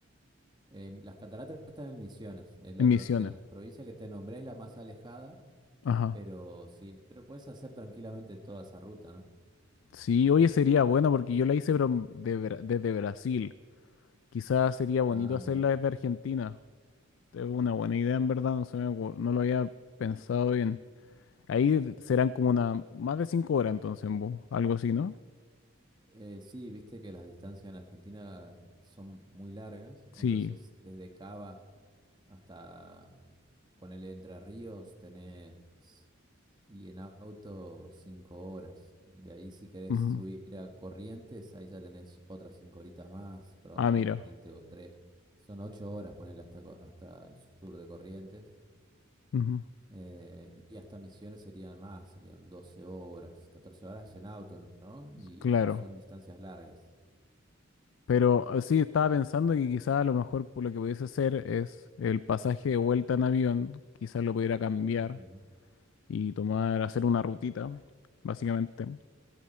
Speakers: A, on the right; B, on the left.
A: Eh, las cataratas están en Misiones, es la
B: En Misiones.
A: pro- de las provincias que te nombré, es la más alejada,
B: Ajá.
A: pero sí, pero puedes hacer tranquilamente toda esa ruta, ¿no?
B: Sí, oye, sería bueno porque yo la hice pero de Bra- desde Brasil. Quizás sería bonito
A: Ah,
B: hacerla
A: mira.
B: desde Argentina. Es una buena idea, en verdad, no se me ocur- no lo había pensado bien. Ahí de- serán como una, más de cinco horas entonces en bus, algo así, ¿no?
A: Eh, sí, viste que las distancias en Argentina son muy largas,
B: Sí.
A: entonces desde Cava hasta, ponele Entre Ríos, tenés Y en auto, cinco horas. De ahí, si querés
B: ujú.
A: subir a Corrientes, ahí ya tenés otras cinco horitas más, probablemente,
B: Ah, mira.
A: o tres. Son ocho horas, ponerle hasta, Co- hasta el sur de Corrientes.
B: ujú,
A: Eh, y hasta Misiones serían más, serían 12 horas, 14 horas en auto, ¿no? Y
B: Claro.
A: son distancias largas.
B: Pero eh, sí, estaba pensando que quizá a lo mejor pues, lo que pudiese hacer es el pasaje de vuelta en avión, quizá lo pudiera cambiar
A: Ujú.
B: y tomar, hacer una rutita, básicamente,